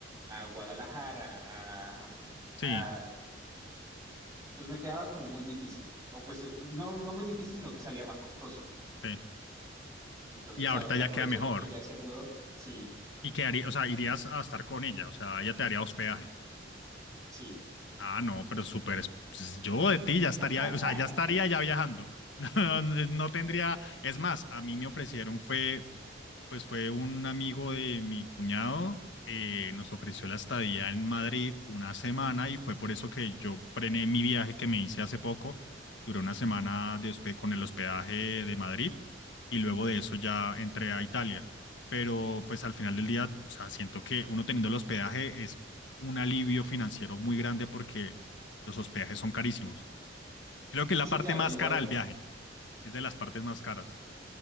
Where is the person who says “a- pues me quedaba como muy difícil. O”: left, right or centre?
Right